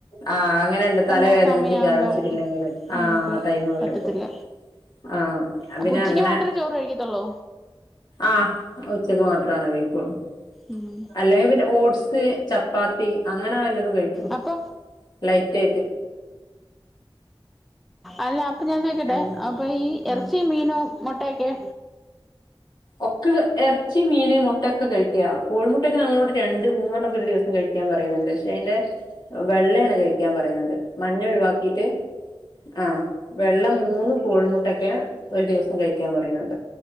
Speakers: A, on the left; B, in the centre.
A: ആ അങ്ങനെയുണ്ട്
B: പിന്നെ
A: തലവേ
B: ആ സമയാവുമ്പം
A: ചായകുടിച്ചിട്ടില്ലെങ്കിൽ ആ
B: നമുക്ക്
A: ടൈമ് വരുമ്പോ
B: പറ്റത്തില്ല
A: ആ ഞാൻ
B: അപ്പൊ
A: പിന്നെ
B: ഉച്ചക്ക്
A: അങ്ങനെ
B: മാത്രേ ചോറ് കഴിക്കത്തുള്ളൂ
A: ആഹ് ഉച്ചക്ക് മാത്രണ് കഴി <unintelligible>
B: ഉം
A: അല്ലെങ്കിൽ പിന്നെ ഓട്സ് ചപ്പാത്തി അങ്ങനെ വല്ലതും കഴിക്കും
B: അപ്പൊ
A: ലൈറ്റ് ആയിട്ട്
B: അല്ല അപ്പൊ ഞാൻ ചോയിക്കട്ടെ
A: അങ്ങനെ
B: അപ്പൊ ഈ
A: ആഹ്
B: ഇറച്ചീ മീനോ മൊട്ടയൊക്കെ
A: ഒക്കെ ഇറച്ചി മീന് മുട്ടൊക്കെ കഴിക്ക കോഴിമുട്ടൊക്കെ നമ്മളോട് രണ്ട് മൂന്നെണ്ണൊക്ക ഒരു ദിവസം കഴിക്കാൻ പറയുന്നുണ്ട്. പക്ഷെ അയിന്റെ വെള്ളയാണ് കഴി ക്കാൻ പറയുന്നത് മഞ്ഞ ഒഴിവാക്കിട്ട് ആ വെള്ള മൂന്ന് കോഴിമു <unintelligible> ഒരു ദിവസം കഴിക്കാൻ പറയുന്നുണ്ട്